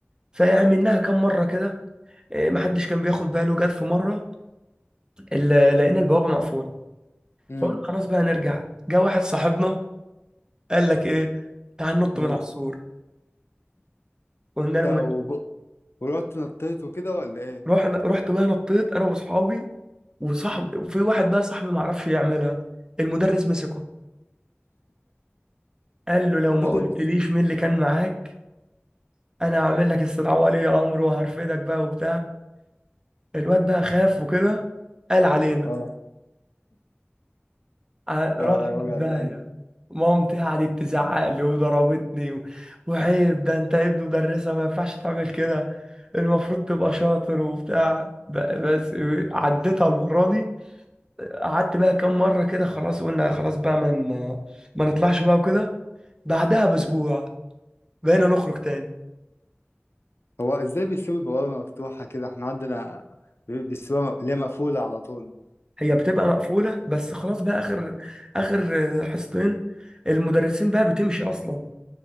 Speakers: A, on the right (about 20°); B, on the left (about 70°).
A: فعملناها كام مره كده إيه، محدش كان بياخد باله جت في مره ال- لقينا البوابه مقفوله
B: امم
A: فقلنا خلاص بقى نرجع جه واحد صاحبنا قال لك ايه تعال ننط
B: إيه
A: من على السور قلنا له
B: تا-
A: ماشي
B: وب... ورحت نطيت وكده ولا إيه؟
A: رحنا رحت بقى نطيت انا واصحابي وصاحب وفي واحد بقى صاحبي ما عرفش يعملها المدرس مسكه قال له لو ما
B: <laughs>
A: قلتليش مين اللي كان معاك انا هعمل لك استدعاء ولي امر وهرفدك بقى وبتاع الواد بقى خاف وكده قال علينا
B: اه
A: ع- رحت
B: اه
A: في
B: وجع
A: داهية
B: القلب
A: مامتي قعدت تزعق لي وضربتني و... وعيب ده انت ابن مدرسة ما ينفعش تعمل كده المفروض تبقى شاطر وبتاع ب... بس عديتها المرة دي قعدت بقى كام مرة كده خلاص قلنا خلاص بقى ما من... ما نطلعش بقى وكده بعدها بأسبوع بقينا نخرج تاني
B: هو ازاي بيسيبوا البوابة مفتوحة كده احنا عندنا بيسيبوها م- اللي هي مقفولة على طول
A: هي بتبقى مقفولة بس خلاص بقى آخر آخر حصتين المدرسين بقى بتمشي أصلا